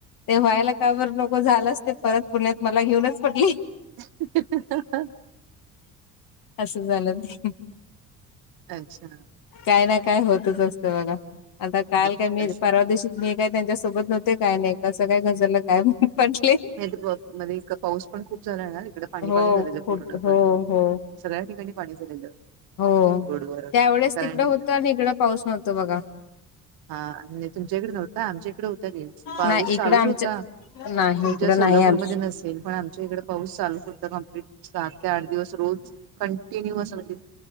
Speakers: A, on the left; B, on the right.
A: ते व्हायला का बरं नको झालंच ते परत पुण्यात मला घेऊनच पडले.
B: <unintelligible>
A: असं झालं ते
B: अच्छा
A: काय ना काय होतच असतं बघा आता काल
B: नाही
A: काय मी
B: तसं
A: परवा दिवशीचं मी नाय त्यांच्या सोबत नव्हते काय नाय कसं काय घसरल काय माहिती पडले.
B: नायातर <unintelligible> मध्ये इतका पाऊस पण खूप झालाय ना तिकडे पाणी
A: हो
B: पाणी झालेलं
A: खूप
B: पूर्ण कडे
A: हो
B: <unintelligible>
A: हो
B: सगळ्या ठिकाणी पाणी झालेलं.
A: हो
B: रोडवर
A: त्यावेेळेस
B: कारण
A: तिकडं होतं आणि इकडं पाऊस नव्हतं बघा.
B: हा नाय तुमच्याकडे नव्हता आमच्या इकडे होता की पाऊस
A: नाही इकडं
B: चालूच
A: आमच्या
B: होता.
A: नाही
B: तुमच्या
A: इकडं
B: सोलापूरमध्ये
A: नाही आम
B: नसेल पण आमच्या इकड पाऊस चालूच होत कंप्लीट सात ते आठ दिवस रोज कंटिन्यू असं म्हणजे